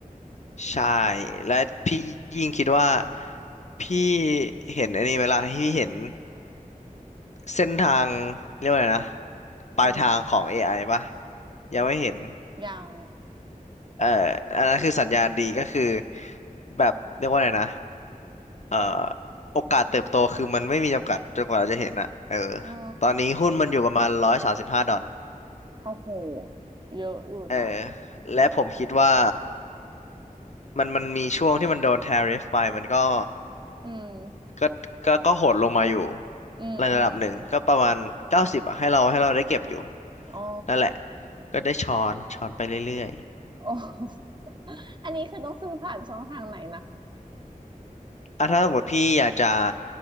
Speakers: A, on the left (about 55°); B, on the right (about 30°).
A: ใช่และพี่ยิ่งคิดว่าพี่เห็นอันนี้ไหมล่ะพี่เห็นเส้นทางเรียกว่าอะไรนะปลายทางของ
B: อืม
A: AI ปะยังไม่เห็น
B: ยัง
A: เอ่ออันนั้นคือสัญญาณดีก็คือ
B: แต่รู้สึกว่ามันไปได้ไกล
A: แบบเรียกว่าอะไรนะเอ่อโอกาสเติบโตคือมันไม่มีจำกัดจนกว่าเราจะเห็นอะเออ
B: อ๋อ
A: ตอนนี้หุ้นมันอยู่ประมาณร้อยสามสิบห้าดอล
B: โอ้โหเยอะอยู่นะ
A: เออและผมคิดว่า มันมันมีช่วงที่มันโดน tariff ไปมันก็
B: อืม
A: ก็ก็ก็โหดลงมาอยู่
B: อืม
A: ในระดับหนึ่งก็ประมาณเก้าสิบให้เราให้เราได้เก็บอยู่
B: อืม อืม อ๋อ
A: นั่นแหละก็ได้ช้อนช้อนไปเรื่อย
B: อ๋อ <laughs> อันนี้คือต้องซื้อผ่านช่องทางไหนนะ
A: ๆอ่ะถ้าสมมติพี่อยากจะ